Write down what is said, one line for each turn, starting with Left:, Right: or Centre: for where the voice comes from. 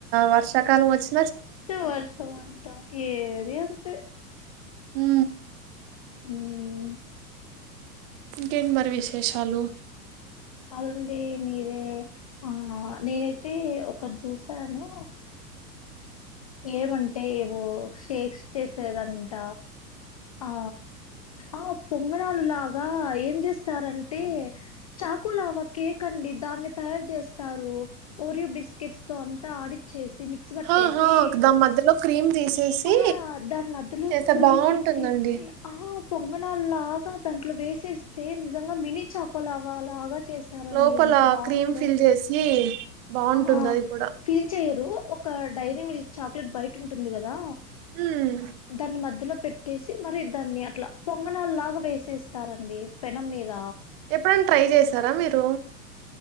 Right: వర్షకాలం వచ్చి
Left: ఇ వర్షం ఉంటం ఏది అకతే
Right: హు
Left: హమ్
Right: ఇంకేమ్ మరి విశేషాలు
Left: అలాండి మీరే ఆ నేనైతే ఒకటి చూసాను ఏమంటే ఏవో షేప్స్ చేసేదంట ఆ ఆ పొంగణలు లాగా ఏం చేస్తారంటే చాకు లావా కేక్ అండి దాన్ని తయారు చేస్తారు ఓరియో బిస్కెట్స్ తో అంతా ఆడిచ్చేసి తిన్ మిక్స్ పట్టేస్
Right: ఆహా
Left: తీ
Right: దాని మధ్యలో క్రీమ్ తీసేసి
Left: అహా దానిధలో
Right: చేస్తే
Left: క్రీమ్
Right: బాగుంటుందండి
Left: పెట్టేసి ఆహ పొంగణలు లాగా దాంట్లో వేసేస్తే నిజంగా మినీ చాకోలాగ లాగ చేసారండి
Right: లోపల
Left: ఎంత బాగుందో
Right: క్రీమ్ ఫిల్ చేసి బాగుంటుంది
Left: అ
Right: అది కూడా
Left: ఫీల్ చెయరు త డై అదే మీల్క్ చాక్లెట్ బయట ఉంటుంది కదా
Right: ఉమ్
Left: దాన్ని మధ్యలో పెట్ పెట్టేసి మరి దాన్ని అట్లా పొంగనాలు లాగా వేసేస్తారండి పెనం మీద
Right: ఎప్పుడైనా ట్రై చేశారా మీరు